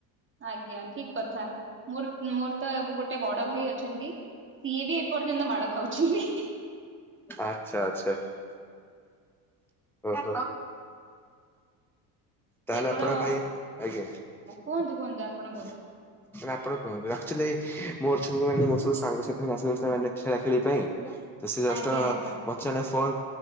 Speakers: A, on the right (about 25°); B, in the centre.
A: ଆଜ୍ଞା ଠିକ କଥା ମୋର ମୋର ତ ଗୋଟେ ବଡ ଭାଇ ଅଛନ୍ତି। ସିଏ ବି ଏପର୍ଯ୍ୟନ୍ତ ମାଡ଼ ଖାଉଛି।
B: ଆଚ୍ଛା ଆଚ୍ଛା। ଓହୋ। ତାହେଲେ
A: କେବଳ
B: ଆପଣଙ୍କ ଭାଇ ଆଜ୍ଞା।
A: କୁହନ୍ତୁ କୁହନ୍ତୁ ଆପଣ କୁହନ୍ତୁ।
B: ଆପଣ କୁହନ୍ତୁ ଆକଚୁଲି ମୋର ସବୁ ମାନେ ମୋର ସବୁ ସାଙ୍ଗସାଥି ଆସିଲେ ଖେଳା ଖେଳି ପାଇଁ। ସେ ଜଷ୍ଟ
A: ଆଜ୍ଞା ଆଜ୍ଞା
B: ଜଣେ ଫୋନ